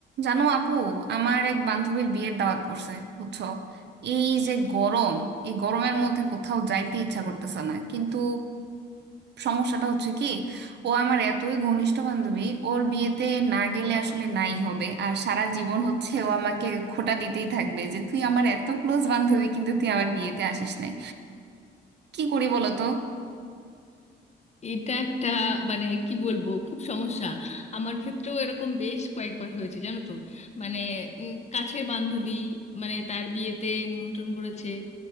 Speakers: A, on the right (about 60°); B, on the left (about 35°).
A: জানো আপু আমার এক বান্ধবীর বিয়ের দাওয়াত পড়ছে বুঝছো এই যে গরম এই গরমের মধ্যে কোথাও যাইতে ইচ্ছা করতেছে না কিন্তু সমস্যাটা হচ্ছে কি ও আমার এতই ঘনিষ্ঠ বান্ধবী ওর বিয়েতে না গেলে আসলে নাই হবে আর সারা জীবন হচ্ছে ও আমাকে খোঁটা দিতেই থাকবে যে তুই আমার এত ক্লোজ বান্ধবী কিন্তু তুই আমার বিয়েতে আসিস নাই কি করি বলো তো
B: এটা একটা মানে কি বলবো খুব সমস্যা আমার ক্ষেত্রেও এরকম বেশ কয়েকবার হয়েছে জানো তো মানে উম, কাছের বান্ধবী মানে তার বিয়েতে নিমন্ত্রণ করেছে